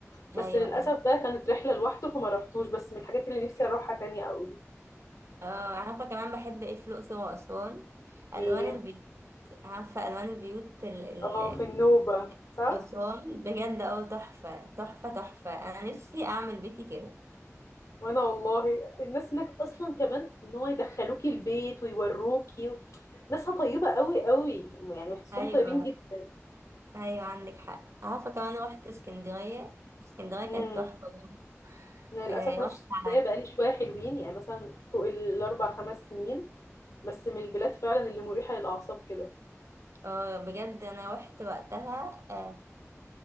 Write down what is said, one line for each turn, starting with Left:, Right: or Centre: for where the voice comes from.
Left: بس
Right: ايوه
Left: للاسف
Right: ايوه
Left: بقى كانت رحله لوحده فما رحتوش بس من الحاجات اللي نفسي اروحها تاني قوي
Right: اه عارفة كمان بحب ايه في الأقصر وأسوان ألوان
Left: ايه
Right: البيوت عارفة ألوان البيوت ال ال
Left: اه في النوبه صح
Right: أسوان بجد اه تحفة تحفة تحفة أنا نفسي أعمل بيتي كده
Left: وانا والله الناس هناك اصلا كمان ان هو يدخلوكي البيت ويوروكي و... ناسها طيبه قوي قوي يعني بحسهم
Right: أيوة
Left: طيبين جدا
Right: أيوة عندك حق عارفة كمان روحت اسكندرية اسكندرية
Left: امم
Right: كانت تحفة برضه.
Left: انا للاسف
Right: آه
Left: ما
Right: رحت
Left: رحتش اسكندريه
Right: على
Left: بقالي شويه حلوين يعني مثلا فوق الاربع خمس سنين بس من البلاد فعلا اللي مريحة للأعصاب كده
Right: اه بجد أنا روحت وقتها آه،